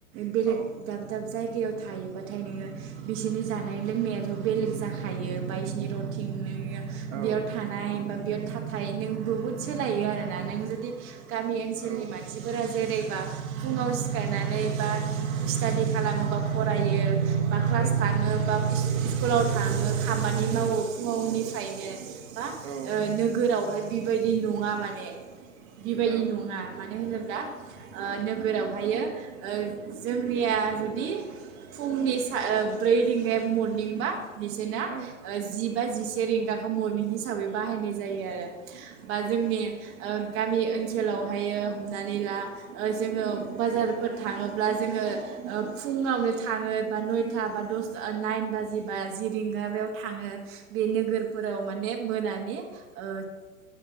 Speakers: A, on the right (about 30°); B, on the right (about 60°).
A: बेलेग
B: औ
A: दाब दाब जायगा याव थायोबाथाय नोङो बिसोरनि जानाय लोंनायाथ' बेलेग जाखायो बा बिसनि रटिं
B: औ
A: बेयाव थानाय बा बेयाव था नाथाय नों बहुद सोलायो आरोना नों जुदि गामि ओनसोलनि
B: औ
A: मानसिफोरा जेरैबा फुङाव सिखारायनानै बा स्टादि खालामोबा फरायो। बा क्लास
B: औ
A: थां ङो बा स्कुलाव थाङो खामानि मावो फुंनिफ्रायनो बा
B: औ
A: ओ नोगोरावहाय बिब बायदि नंङा माने बे बायदि
B: औ
A: नंङा मानो होनोब्ला ब्ला ओ नोगोरावहायो ओ जोंनिया जुदि फुंनि सा ओ ब्रै रिंगाया मरनिंबा बिसोरनो
B: औ
A: ओ जि बा जिसे रिंगाखौ मरनिं हिसाबै बाहायनाय जायो आरो। बा जोंनि ओ गामि ओनसोलावहायो हमनानै ला ओ जोंङो बाजारफोर थांङोब्ला जोंङो ओ फुंङावनो थांङो बा नयथा बा दस ओ नाइन बाजिबा जि रिंगाबायाव थांङो। बे नोगोरफोराव माने मोनानि ओ